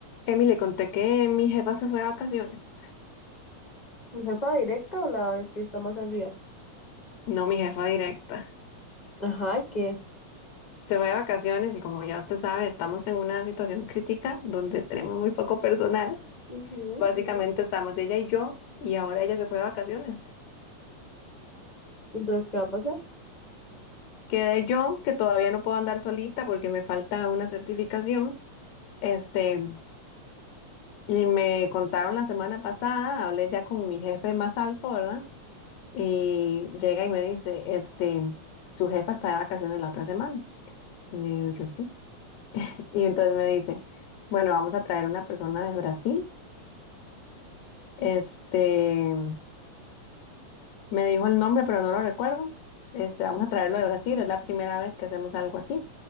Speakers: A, on the left; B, on the left.
A: Emi, le conté que mi jefa se fue de vacaciones.
B: ¿Mi jefa directa o la que está más arriba?
A: No, mi jefa directa.
B: Ajá, ¿y ¿qué?
A: Se fue de vacaciones y como ya usted sabe, estamos en una situación crítica donde tenemos muy poco personal.
B: Ujú.
A: Básicamente estamos ella y yo y ahora ella se fue de vacaciones.
B: Entonces, ¿qué va a pasar?
A: Quedé yo, que todavía no puedo andar solita porque me falta una certificación. Este, y me contaron la semana pasada, hablé ya con mi jefe más alto, ¿verdad? Y llega y me dice, este, su jefa está de vacaciones la otra semana. Y le digo yo sí. Y entonces me dice, bueno, vamos a traer una persona de Brasil. Este, me dijo el nombre, pero no lo recuerdo. Este, vamos a traerlo de Brasil. Es la primera vez que hacemos algo así.